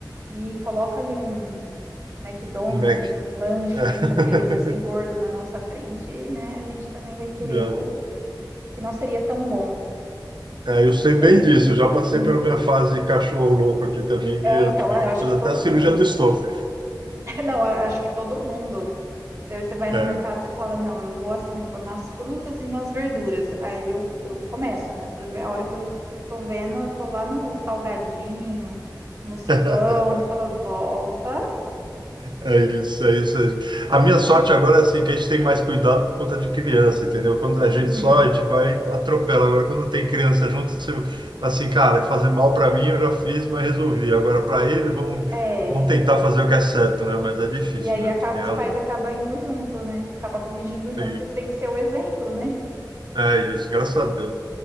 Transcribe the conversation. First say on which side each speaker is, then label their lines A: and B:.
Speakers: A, on the right (about 40°); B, on the right (about 85°).
A: e coloca ali um McDonald's,
B: um Mac.
A: um lanche
B: É.
A: bem daqueles assim gordo
B: <laughs>
A: na nossa frente, e, né? A gente também vai querer
B: Já-
A: o, o que não seria tão bom.
B: é, eu sei
A: Mas
B: bem
A: é,
B: disso, eu já passei
A: hum,
B: pela minha fase cachorro louco aqui também,
A: é
B: que eu
A: então,
B: tive
A: eu
B: que
A: acho
B: fazer
A: que todo
B: até a cirurgia
A: mundo.
B: do estômago.
A: É, Não, a- acho que todo mundo. Você você vai
B: É.
A: no mercado, você fala, não, eu vou assim, eu vou nas frutas e nas verduras. Aí eu, eu começo, né? Frutas A hora que eu tô vendo, eu tô lá no salgadinho, nos
B: <laughs>
A: pão, eu falo volta.
B: É isso, é isso. é isso. A
A: Hum,
B: minha sorte agora é assim, que a gente tem mais cuidado por conta de criança, entendeu? Quando a gente
A: Uhum.
B: só, a gente vai atropela. Agora, quando tem criança junto, você, assim, cara, é fazer mal para mim eu já fiz, mas resolvi. Agora, para eles, vão,
A: É.
B: vão tentar fazer o que é certo, né? Mas é difícil
A: E aí
B: mesmo,
A: acaba,
B: tem
A: os
B: razão.
A: pais acabam indo junto, né? Acaba corrigindo junto,
B: Sim,
A: porque você tem que ser o exemplo, né?
B: é isso, graças a Deus.